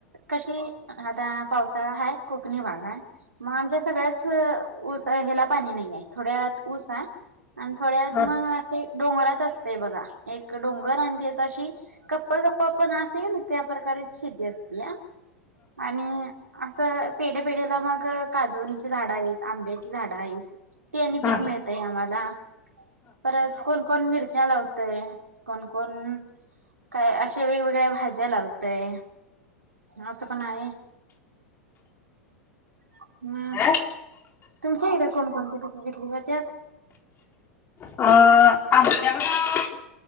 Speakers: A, on the right; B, on the left.
A: कशी आता.. - पावसाळा हाय कोकणी भाग आहे. मग आमच्या सगळ्याच ऊस ह्याला पाणी नाही आहे. थोड्यात ऊस आहे. आणि थोड्यात
B: हा
A: मग असे - डोंगरात असतय बघा एक डोंगर आणि त्यात अशी कप्प कप्प पण असतय ना त्या प्रमाणात - बरीच शेती असतीय या.. - आणि असं पेढ्या पेढ्याला मग काजवणीची झाडं आहेत. आंब्याची झाडं आहेत. ते आणि पीक
B: हा
A: मिळतय आम्हाला. परत कोण कोण मिरच्या लावतय कोणकण काय अशा वेगवेगळ्या भाज्या लावतय असं पण आहे. <unintelligible>
B: हा.
A: तुमच्या इकड कोणकोणती पिके घेतली जात्यात.
B: अ आमच्याकडं